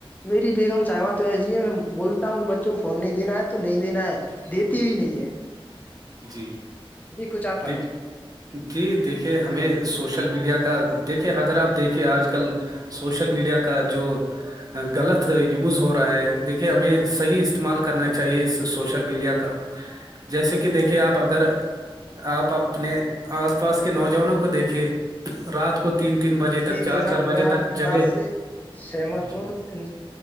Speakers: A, on the left (about 15°); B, on the right (about 40°).
A: میری بیگم ساحوہ تو ایسی ہے میں بولتا ہوں کہ بچوں کو فون نہیں دینا ہے تو نہیں دینا ہے دیتی بھی نہیں ہے
B: جی
A: جی کچھ آپ فرمائیں
B: دیک جی دیکھیے ہمیں سوشل میڈیا کا دیکھے اگر آپ دیکھے آج کل سوشل میڈیا کا جو غلط یوز ہو رہا ہے دیکھیے ہمیں صحیح استعمال کرنا چاہیے اس سوشل میڈیا کا جیسے کہ دیکھیے آپ اگر آپ اپنے آس پاس کے نوجوانوں کو دیکھے رات کو تین تین بجے
A: جی
B: تک چار
A: جناب
B: چار بجے
A: میں آپ
B: تک
A: کی
B: جگہ
A: بات سے سہمت
B: جی
A: ہوں